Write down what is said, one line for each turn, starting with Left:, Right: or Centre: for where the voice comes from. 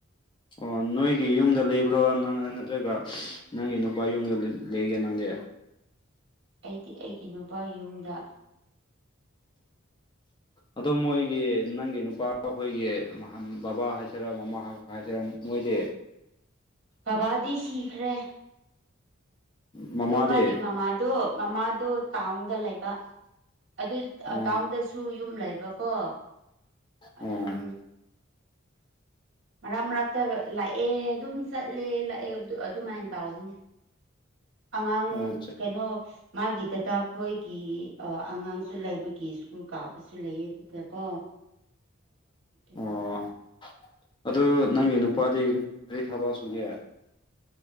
Left: ꯑꯣ ꯅꯣꯏꯒꯤ ꯌꯨꯝꯗ ꯂꯩꯕ꯭ꯔꯣ ꯅꯪ ꯅꯠꯇ꯭ꯔꯒ ꯅꯪꯒꯤ ꯅꯨꯄꯥ ꯌꯨꯝꯗ ꯂꯩ ꯂꯩꯌ‌ꯦ ꯅꯪꯗꯤ
Right: ꯑꯩꯗꯤ ꯑꯩꯒꯤ ꯅꯨꯄꯥꯒꯤ ꯌꯨꯝꯗ <inaudible>
Left: ꯑꯗ‌ꯣ ꯃꯣꯏꯒꯤ ꯅꯪꯒꯤ ꯅꯨꯄꯥ ꯈꯣꯏꯒꯤ ꯕꯕꯥ ꯍꯥꯏꯁꯤꯔꯥ ꯃꯃꯥ ꯍꯥꯏꯁꯤꯔ ꯃꯣꯏꯗꯤ
Right: ꯕꯕꯥꯗꯤ ꯁꯤꯈ꯭ꯔꯦ
Left: ꯃꯃꯥꯗꯤ
Right: ꯑꯗꯨ ꯃꯥꯒꯤ ꯃꯃꯥꯗꯣ ꯃꯃꯥꯗꯨ ꯇꯥꯎꯟꯗ ꯂꯩꯕ ꯑꯗꯨ
Left: ꯑꯣ
Right: ꯇꯥꯎꯟꯗꯁꯨ ꯌꯨꯝ ꯂꯩꯕꯀꯣ ꯑꯗꯨꯝ
Left: ꯑꯣ
Right: ꯃꯔꯛ ꯃꯔꯛꯇ ꯂꯥꯛꯑꯦ ꯑꯗꯨꯝ ꯆꯠꯂꯦ ꯂꯥꯛꯑꯦ ꯑꯗꯨꯃꯥꯏꯅ ꯇꯧꯕꯅꯦ ꯑꯉꯥꯡ
Left: ꯑꯣ
Right: ꯀꯩꯅꯣ ꯃꯥꯒꯤ ꯗꯗꯥ ꯈꯣꯏꯒꯤ ꯑ ꯑꯉꯥꯡꯁꯨ ꯂꯩꯕꯒꯤ ꯁ꯭ꯀꯨꯜ ꯀꯥꯕ ꯁꯨ ꯂꯩꯌꯦ ꯑꯗꯨꯗꯀꯣ ꯑꯗꯨꯒꯤ
Left: ꯑꯣ ꯑꯗꯨ ꯅꯪꯒꯤ ꯅꯨꯄꯥꯗꯤ ꯀꯔꯤ ꯊꯕꯛ ꯁꯨꯒꯦ